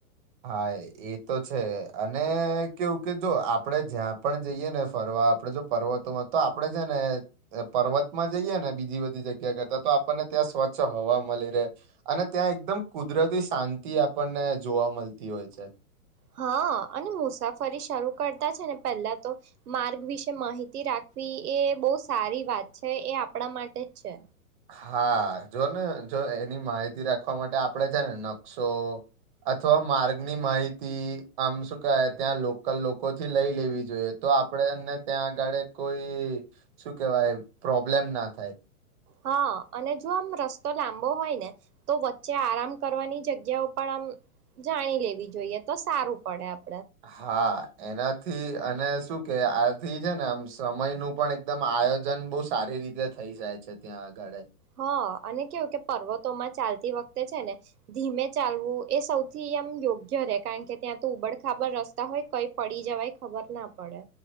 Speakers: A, on the right (about 35°); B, on the right (about 85°).
A: હા એ તો છે અને કેવું કે તો આપણે જયાં પણ જઈએ ને ફરવા તો આપડે જો પર્વતોમાં તો આપડે છે ને પર્વત માં જઈએ ને બીજી બધી જગ્યા કરતા તો આપણ ને ત્યાં સ્વચ્છ હવા મલી રહે અને ત્યાં એકદમ કુદરતી શાંતિ આપણને જોવા મલ તી હોય છે.
B: હા અને મુસાફરી શરૂ કરતા છે ને પેલા તો માર્ગ વિશે માહિતી રાખ વી એ બહુ સારી વાત છે એ આપણા માટે જ છે.
A: હા જો ને જો એની માહિતી રાખવા માટે આપડે છે ને નકશો અથવા માર્ગની માહિતી આમ શું કહે ત્યાં લોકલ લોકો થી લઈ લેવી જોઈએ તો તો આપણેે એમને ત્યાં આગળ કોઈ શું કેવાય પ્રોબ્લેમ ના થાય.
B: હા અને જો આમ રસ્તો લાંબો હોય ને તો વચ્ચે આરામ કરવાની જગ્યાઓ પણ આમ જાણી લેવી જોઈએ તો સારું પડે આપ
A: હા. એનાથી અને શું કે આથી છે ને આમ સમય નું પણ એકદમ આયોજન બહુ સારી રીતે થઈ જાય છે ત્યાં આગળ.
B: હા અને કેવું કે પર્વતોમાં ચાલતી વખતે છે ને ધીમે ચાલવું એ સૌથી આમ યોગ્ય રે કારણ કે ત્યાં તો ઉબડ ખાબડ રસ્તા હોય કઈ પડી જવાય ખબર ના પડે.